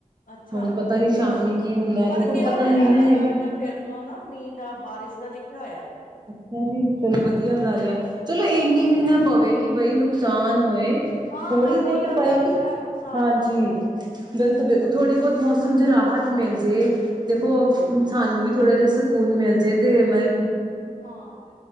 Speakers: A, on the left (about 75°); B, on the right (about 30°).
A: ਅੱਛਾ
B: ਹੁਣ ਪਤਾ ਨੀ ਸ਼ਾਮੀ ਕੀ ਹੁੰਦਾ ਹੈ,
A: ਪਰ
B: ਦੇਖੋ
A: ਕਿਹਾ
B: ਪਤਾ
A: ਹੋਇਆ
B: ਨੀ ਨਾ
A: ਅਲਰਟ
B: ਹੈਗੀ।
A: ਫੇਰ ਤੋਂ ਨਾ ਮੀਂਹ ਦਾ ਬਾਰਿਸ਼ ਦਾ ਲਿਖਿਆ ਹੋਇਆ।
B: ਅੱਛਾ ਜੀ। ਚਲੋ ਵਧੀਆ
A: ਹੂੰ
B: ਗੱਲ ਆ ਚਲੋ। ਇੰਨੀ ਵੀ ਨਾ ਪਵੇ। ਕਿ ਬਈ ਨੁਕਸਾਨ
A: ਇੰਨੀ ਵੀ ਨਾ ਪਵੇ
B: ਹੋਏ
A: ਹਾਂ
B: ਥੋੜ੍ਹੀ
A: ਬਸ
B: ਬਹੁਤ
A: ਇਹੀ ਅਰਦਾਸ
B: ਪਏ ਕਿ
A: ਹੈ ਨੁਕਸਾਨ
B: ਹਾਂਜੀ
A: ਨਾ ਹੋਵੇ
B: ਬਿਲਕੁਲ ਬਿਲਕੁਲ। ਥੋੜ੍ਹੀ ਬਹੁਤ ਮੌਸਮ ਚ ਰਾਹਤ ਮਿਲ ਜੇ ਦੇਖੋ ਸਾਨੂੰ ਵੀ ਥੋੜਾ ਜਿਹਾ ਸਕੂਨ ਮਿਲ ਜੇ ਤੇ ਮ
A: ਹਾਂ,